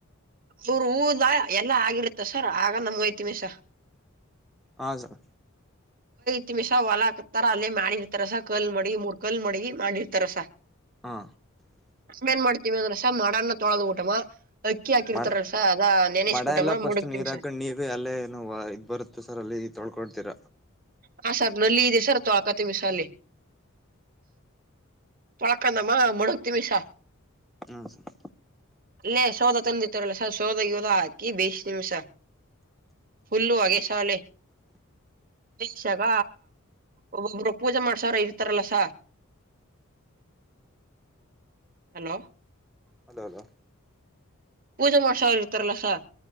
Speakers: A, on the right (about 40°); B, in the centre.
A: ಅವರು ಊದ ಎಲ್ಲಾ ಆಗಿರುತ್ತ ಸರ್ ಆಗ ನಮ್ಯತಿ ಮಿಸ
B: ಹಾ ಸಾರ್
A: ತಿಮಷಾವ ವಲ ಆ ತರ ಅಲ್ಲೇ ಮಾಡಿರ್ತಾರಸ ಕಲ್ ಮಾಡಿ ಮೂರ್ ಕಲ್ ಮೊಡಗಿ ಮಾಡಿರ್ತಾರ ಸ
B: ಹಾ
A: ನ್ ಮಾಡ್ತೀವಿ ಅಂದ್ರಷ್ಟ ಮಡನ್ನ ತೊಳದು ಊಟಮ ಅಕ್ಕಿ ಹಾಕಿರ್ತಾರಲ್
B: ಮ
A: ಸ ಅದ ನೆನೆಸ್ಬಿಟ್ಟಮ್ಮ
B: ಮಡ ಎಲ್ಲ ಫಸ್ಟ್
A: ಮುಡಕ್ತಿವಿ
B: ನೀರ್ ಹಾಕೊಂಡ್
A: ಸ
B: ನೀರು ಅಲ್ಲೇ ಏನು ಇದ್ ಬರುತ್ತ ಸರ್ ಅಲ್ಲಿ ತೊಳ್ಕೊಳ್ತೀರ
A: ಹಾ ಸರ್ ನಲ್ಲಿ ಇದೆ ಸರ್ ತೋಳಕತಿವಿ ಸರ್ ಅಲ್ಲಿ ಪೊಳಕಂದಮ್ಮ ಮಾಡುಕ್ತಿವಿ ಸರ್
B: ಹಾ ಸರ್
A: ಅ ಸೋಧ ತಂದಿತ್ತಾರಲ್ಲ ಸ ಸೋದ ಯೋದ ಹಾಕಿ ಬೇಯಿಸ್ತೀವಿ ಸರ್ ಫುಲ್ಲು ಹೊಗೆಸರಲ್ಲಿ ಇದ್ದಾಗ ಒಬ್ಬೊಬ್ರು ಪೂಜೆ ಮಾಡ್ಸ್ರ ಇರ್ತಾರಲ್ಲಸ ಹಲೋ.
B: Hello hello.
A: ಪೂಜೆ ಮಾಡ್ಸೊರ್ ಇರ್ತಾರಲ್ಲ ಸರ್.